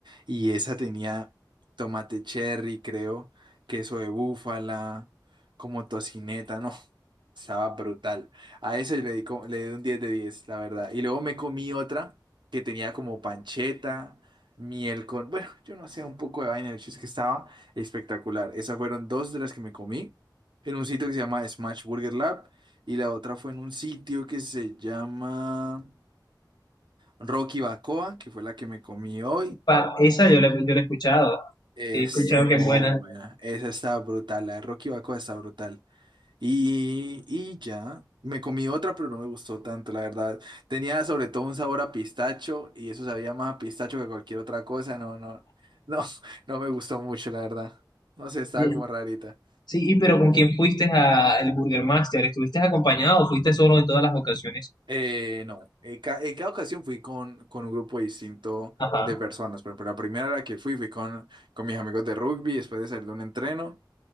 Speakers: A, on the right; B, on the left.
A: Y esa tenía tomate cherry, creo, queso de búfala, como tocineta, no, <laughs> estaba brutal. A esa yo le di, co- le di un 10 de 10 la verdad. Y luego me comí otra que tenía como pancheta, miel con, bueno, yo no sé, un poco de vaina, el chiste es que estaba espectacular. Esas fueron dos de las que me comí en un sitio que se llama Smash Burger Lab y la otra fue en un sitio que se llama... Rocky Bacoa, que fue la que me comí hoy,
B: Pa- esa yo la, yo la he escuchado.
A: es
B: He escuchado que
A: muy
B: es buena.
A: buena. Esa está brutal, la de Rocky Bacoa está brutal. Y, y ya, me comí otra, pero no me gustó tanto, la verdad. Tenía sobre todo un sabor a pistacho y eso sabía más a pistacho que a cualquier otra cosa. No, no, no, <laughs> no me gustó mucho, la verdad. No sé, estaba
B: Sí,
A: como rarita.
B: sí, y pero ¿con quién fuiste a el Burger Master? ¿Estuviste acompañado o fuiste solo en todas las ocasiones?
A: Eh, no, en, ca- en cada ocasión fui con, con un grupo distinto
B: Ajá.
A: de personas. Por ejemplo, la primera a la que fui, fui con, con mis amigos de rugby después de salir de un entreno.